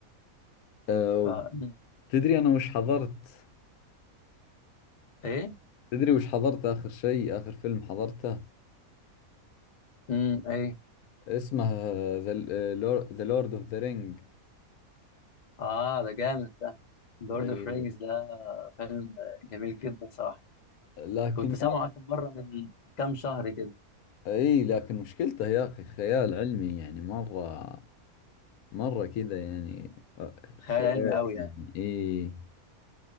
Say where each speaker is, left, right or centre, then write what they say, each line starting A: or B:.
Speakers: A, on the left (about 80°); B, on the left (about 35°).
A: آه
B: ف مم.
A: تدري انا وش حضرت
B: ايه
A: تدري وش حضرت اخر شيء اخر فيلم حضرته
B: امم ايه
A: اسمه ذا لورد اوف ذا رينج
B: اه ده جامد ده لورد
A: اي
B: اوف رينجز ده فيلم جميل جدا صراحة
A: لكن
B: كنت سامعه
A: يا
B: آخر مرة من كام شهر كده
A: اي لكن مشكلته يا اخي خيال علمي يعني مرة مرة كذا يعني
B: مم.
A: آه،
B: خيال
A: خيالي
B: علمي قوي
A: يعني
B: يعني
A: اي